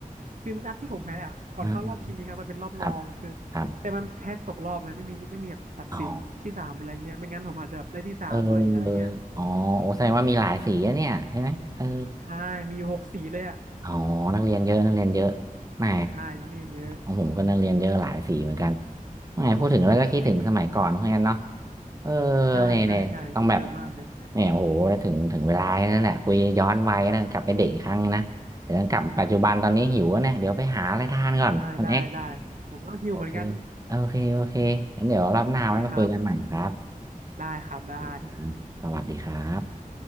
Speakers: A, on the right; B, on the right.
A: คือนัดที่ผมแพ้อ่ะก่อนเข้ารอบชิงนงครับมันเป็นรอบรองคือ
B: อ่าครับครับ
A: แต่มันแพ้ตกรอบไงไม่มีไม่มีแบบตัดสินที่สามอะไรเงี้ยไม่งั้นผมอาจจะแบบได้ที่สามหน่อยอะไรเงี้ย
B: อ๋อเอออ๋อโอ้แสดงว่ามีหลายสีอะเนี่ยใช่ไหมเออ
A: ใช่มีอยู่หกสีเลยอ่ะ
B: อ๋อนักเรียนเยอะนักเรียนเยอะแหม
A: ใช่นักเรียนเยอะ
B: อนมของผมก็นักเรียนเยอะหลายสีเหมือนกันแหมพูดถึงแล้วก็คิดถึงสมัยก่อนเหมือนกันเนาะเออ
A: ใช่ใช่ใช่คิดถึงมากเลย
B: เนี่ยเนี่ยต้องแบบเนี่ยโอ้โหถึงถึงเวลานั่นแหละคุยย้อนวัยนะกลับไปเด็กอีกครั้งนะเดี๋ยวกลับปัจจุบันตอนนี้หิวแล้วเนี่ยเดี๋ยวไปหาอะไรทานก่อนคุณเอ็ก
A: ได้ได้ได้ผมก็หิวเหมือนกัน
B: โอเคโอเคโอเคงั้นเดี๋ยวรอบหน้าไว้มาคุยกันใหม่ครับ
A: โอเคครับได้ครับได้
B: โอเคครับสวัสดีครับ